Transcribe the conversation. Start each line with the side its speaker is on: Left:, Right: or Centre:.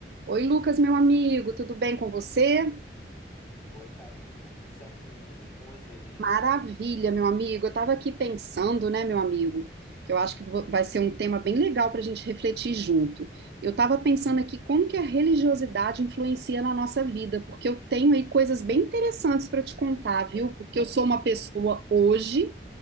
Right: Oi, Lucas, meu amigo, tudo bem com você?
Centre: Oi, Karina, tudo certinho? E com você?
Right: Maravilha, meu amigo. Eu estava aqui pensando, né, meu amigo, que eu acho que vo- vai ser um tema bem legal para a gente refletir junto. Eu estava pensando aqui como que a religiosidade influencia na nossa vida, porque eu tenho aí coisas bem interessantes para te contar, viu? Porque eu sou uma pessoa
Centre: Eu-
Right: hoje,